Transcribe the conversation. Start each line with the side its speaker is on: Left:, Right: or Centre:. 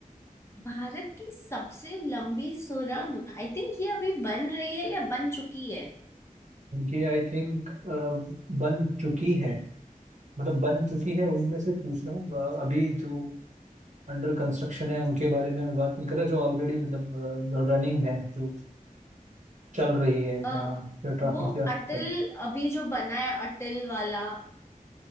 Left: भारत की सबसे लंबी सुरंग आई थिंक ये अभी बन रही है या बन चुकी है
Right: ये आई थिंक बन चुकी है मतलब बन चुकी है उनमें से पूछ रहा हूँ अ, अभी जो अंडर कंस्ट्रक्शन है उनके बारे में मैं बात नहीं कर रहा जो ऑलरेडी मतलब रनिंग है जो चल रही है
Left: अ,
Right: जहाँ ट्रैफिक
Left: वो
Right: जा सकता
Left: अटल
Right: है
Left: अभी जो बना है अटल वाला